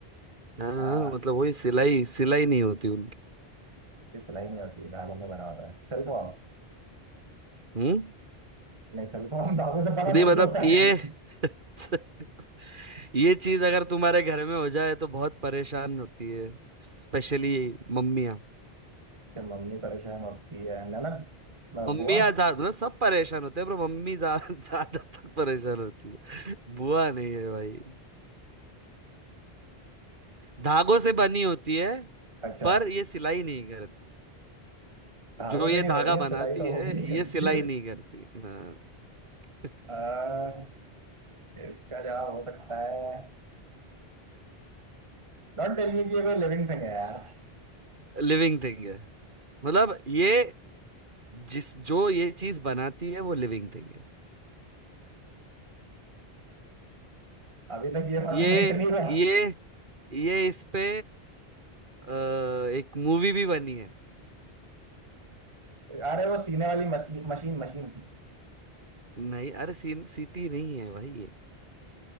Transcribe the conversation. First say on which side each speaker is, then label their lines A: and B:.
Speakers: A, on the right; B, on the right.
A: हाँ हाँ,
B: आ,
A: मतलब वही सिलाई सिलाई नहीं होती उनकी
B: ये सिलाई नहीं होती धागों से बना होता है सिल्कवॉर्म
A: हम्म?
B: नहीं सिल्कवॉर्म धागों से बना
A: नहीं
B: थोड़ी
A: मतलब
B: होता
A: ये
B: है <laughs>
A: <laughs> ये चीज अगर तुम्हारे घर में हो जाए तो बहुत परेशान होती है स्पेशली मम्मियाँ
B: फिर मम्मी परेशान होती है ननद
A: मम्मियाँ
B: बुआ
A: ज्यादा मतलब सब परेशान होते हैं पर मम्मी ज्या- <laughs> ज्यादातर परेशान होती है बुआ नहीं है भाई धागों से बनी होती है
B: अच्छा
A: पर ये सिलाई नहीं करती
B: धागों
A: जो ये
B: से नहीं
A: धागा
B: बनी है
A: बनाती
B: सिलाई तो
A: है
B: वो भी नहीं करती
A: ये सिलाई नहीं करती हाँ <laughs>
B: आ, इसका जवाब हो सकता है डोंट टेल मी कि ये कोई लिविंग थिंग है यार
A: लिविंग थिंग है मतलब ये जिस जो ये चीज बनाती है वो लिविंग थिंग है
B: अभी तक ये ऑटोमेट
A: ये
B: नहीं हुआ
A: ये ये इस पे अ, एक मूवी भी बनी है
B: अरे वो सीने वाली मशीन मशीन मशीन
A: नहीं अरे सीन सीटी नहीं है भाई ये